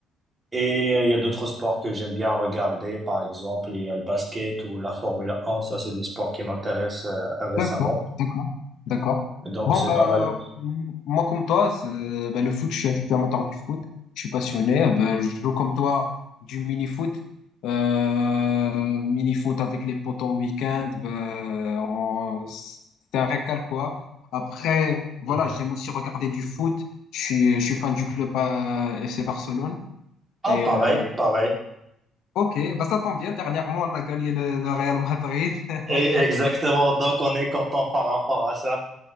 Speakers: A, on the right (about 25°); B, on the left (about 75°).
A: Et euh, il y a d'autres sports que j'aime bien regarder, par exemple, il y a le basket ou la Formule 1. Ça, c'est des sports qui m'intéressent euh, récemment.
B: D'accord, d'accord, d'accord.
A: Donc,
B: Bon,
A: c'est
B: bah,
A: pas mal.
B: m- moi, comme toi, c'est- bah, le foot, je suis, je suis amateur du foot, je suis passionné. Bah, je joue comme toi du mini-foot. Euh, mini-foot avec les potes en week-end, bah, on- c'est un régal, quoi. Après, voilà,
A: Mm.
B: j'aime aussi regarder du foot. Je suis, je suis fan du club euh, FC Barcelone.
A: Ah,
B: Et
A: pareil,
B: euh,
A: pareil.
B: ok, bah, ça tombe bien. Dernièrement, on a gagné le, le Real Madrid. <laughs>
A: Et exactement, donc on est content par rapport à ça.